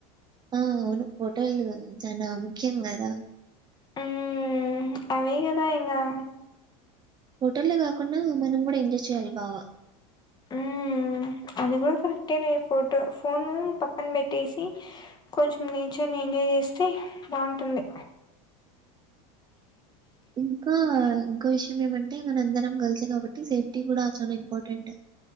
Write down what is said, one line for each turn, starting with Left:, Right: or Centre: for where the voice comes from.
Right: ఆ అవును హోటలు చాలా ముఖ్యం కదా
Left: మ్మ్ అవే కదా ఇంగా
Right: హోటల్లో కాకుండా మనం కూడా ఎంజాయ్ చేయాలి బాగా
Left: ఆ అది కూడా కరె పోను పక్కం పెట్టేసి కొంచెం నేచర్ ఎంజాయ్ చేస్తే బాగుంటుంది
Right: ఇంకా ఇంకో విషయం ఏమంటే మన అందరం కలిసు కాబట్టి సేఫ్టీ కూడా చాలా ఇంపార్టెంట్